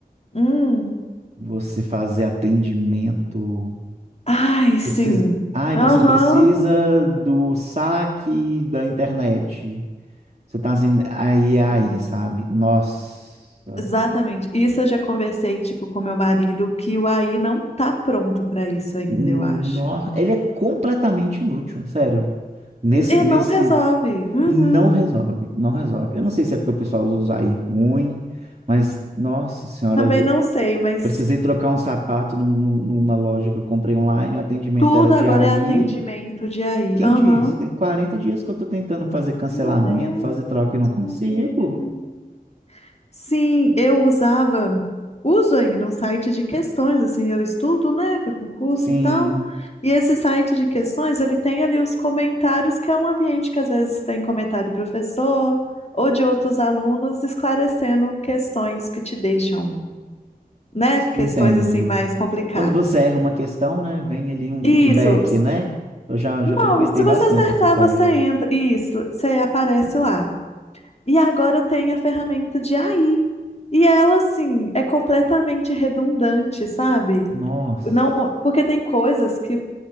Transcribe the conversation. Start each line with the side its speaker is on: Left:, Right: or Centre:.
Left: Hum.
Right: você fazer atendimento.
Left: Ai,
Right: Você
Left: sim.
Right: precisa. Ai,
Left: Aham.
Right: você precisa do saque da internet. Você tá assim, aí,
Left: Exatamente.
Right: aí, sabe? Nossa.
Left: Exatamente. Isso eu já conversei, tipo, com meu marido, que o AI não tá pronto pra isso ainda,
Right: No...
Left: eu acho.
Right: Ele é completamente inútil, sério. Nesse,
Left: E
Right: nesse.
Left: não resolve. Uhum.
Right: Não resolve, não resolve. Eu não sei se é porque o pessoal usa aí ruim, mas, nossa senhora.
Left: Também não sei, mas
Right: Precisei trocar um sapato num- num- numa loja que eu comprei online, o atendimento
Left: tudo
Right: era de
Left: agora
Right: aí.
Left: é atendimento de AI.
Right: Quem
Left: Aham.
Right: disse? Tem 40 dias que eu estou tentando fazer cancelamento,
Left: Meu Deus,
Right: fazer troca e não consigo.
Left: meu Deus. Sim, eu usava, uso ainda um site de questões, assim, eu estudo, né, para concurso
Right: Sim,
Left: e tal. E esse site de questões, ele tem ali os comentários, que é um ambiente que às vezes tem comentário do professor ou de outros alunos esclarecendo questões que te deixam, né,
Right: s-
Left: questões
Right: entendo.
Left: assim mais complicadas.
Right: Quando você erra uma questão, né, vem ali um
Left: Isso,
Right: feedback, né? Eu já, já
Left: Não,
Right: frequentei
Left: se você
Right: bastante
Left: acertar,
Right: esse site.
Left: você entra. Isso, você aparece lá. E agora tem a ferramenta de AI. E ela, assim, é completamente redundante, sabe?
Right: Nossa.
Left: Não, porque tem coisas que,